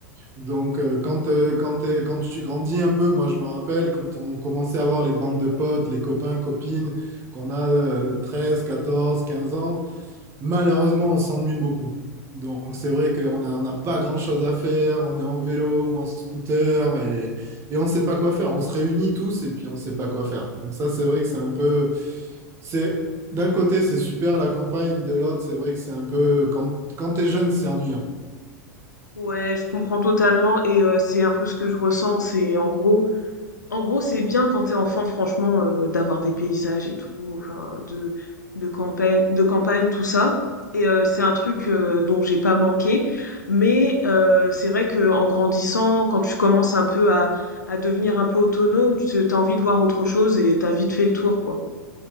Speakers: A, on the right; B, on the left.
A: Donc, euh, quand, euh, quand t'es- quand tu grandis un peu, moi, je me rappelle quand on commençait à avoir les bandes de potes, les copains, copines, qu'on a euh, 13, 14, 15 ans malheureusement, on s'ennuie beaucoup. Donc c'est vrai qu'on n'a on n'a pas grand-chose à faire, on est en vélo ou en scooter et, et on ne sait pas quoi faire. On se réunit tous et puis on ne sait pas quoi faire. Donc ça c'est vrai que c'est un peu... C'est, d'un côté c'est super la campagne, de l'autre c'est vrai que c'est un peu... Quand, quand tu es jeune c'est ennuyant.
B: ouais, je comprends totalement et euh, c'est un peu ce que je ressens, c'est en gros, En gros, c'est bien quand t'es enfant, franchement, euh, d'avoir des paysages et tout, enfin, de, de campagne, de campagne, tout ça. Et euh, c'est un truc euh, dont j'ai pas manqué. Mais euh, c'est vrai que en grandissant, quand tu commences un peu à, à devenir un peu autonome, tu t'as envie de voir autre chose et t'as vite fait le tour, quoi.